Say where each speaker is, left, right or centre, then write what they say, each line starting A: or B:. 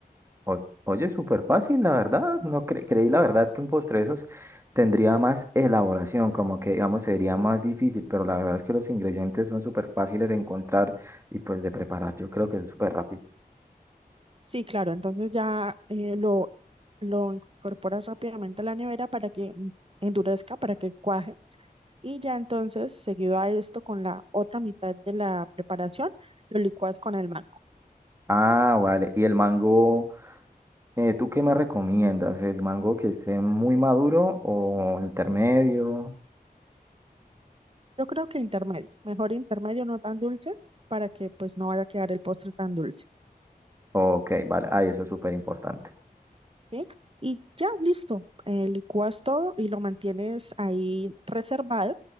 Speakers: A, on the right; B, on the right.
A: O- Oye, súper fácil, la verdad. No cre- creí la verdad que un postre de esos tendría más elaboración, como que, digamos, sería más difícil, pero la verdad es que los ingredientes son súper fáciles de encontrar y pues de preparar. Yo creo que es súper rápido.
B: Sí, claro, entonces ya eh, lo, lo incorporas rápidamente a la nevera para que mm, endurezca, para que cuaje. Y ya entonces, seguido a esto, con la otra mitad de la preparación, lo licuas con el mango.
A: Ah, vale. ¿Y el mango, eh, tú qué me recomiendas? ¿El mango que esté muy maduro o intermedio?
B: Yo creo que intermedio, mejor intermedio, no tan dulce, para que pues no vaya a quedar el postre tan dulce,
A: Ok, vale. Ay, eso es súper importante.
B: ¿sí? Y ya, listo, eh, licuas todo y lo mantienes ahí reservado,